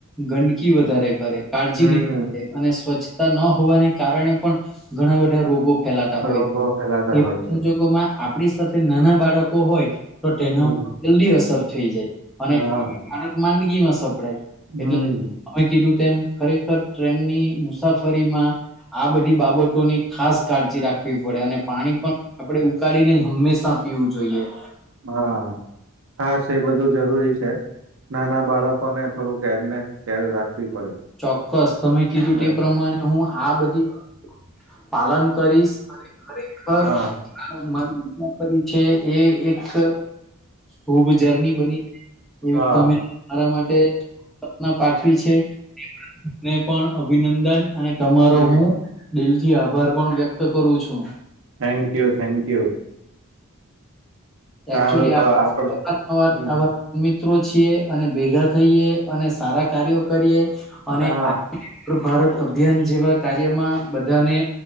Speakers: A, in the centre; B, on the right.
A: ગંદકી વધારે કરે કાળજી
B: હમ
A: નહીં કરે અને સ્વચ્છ તા ન હોવાને કારણે પણ ઘણા બધા રોગો ફેલાતા હોય
B: રોગો
A: છે
B: ફેલાતા
A: તેવા
B: હોય છે
A: સંજોગોમાં આપણી સાથે નાના બાળકો હોય તો તેના
B: હમ
A: ઉપર જલ્દી અસર થઈ જાય. અને
B: હા
A: બાળક માંદગીમાં સપડાય
B: હમ
A: એટલે અમે કીધુંતુ તેમ ખરેખર ટ્રેનની મુસાફરીમાં આ બધી બાબતોની ખાસ કાળજી રાખે રાખવી પડે અને પાણી પણ આપડે ઉકાળીને જ હંમેશા પીવું જોઈએ
B: હા હાસ એ બધું જરૂરી છે નાના બાળકોને થોડું કેરને ક્યારે રાખવી પડે
A: ચોક્કસ તમે કીધું
B: ને
A: તે પ્રમાણે હું આ બધી પાલન કરીશ અને ખરેખર
B: હા
A: આપણું મન કર્યુ છે એ એકઅ શુભ જર્ની બની એવી
B: હા
A: તમે મારા માટે સ્પના પાઠવી છે તેમાં પણ અભિનંદન અને તમારો
B: હમ
A: હું દિલથી આભાર પણ વ્યક્ત કરું છું
B: થેન્ક યુ થેન્ક યુ સારું
A: એક્ચુઅલી
B: તો
A: આપ
B: આપડ
A: અવારનવાર
B: હમ
A: આવા મી મિત્રો છીએ અને ભેગા થઈએ અને સારા કાર્યો કરીએ અને
B: હા હા
A: આટ ભારત અભિયાન જેવા કાર્યમાં બધાને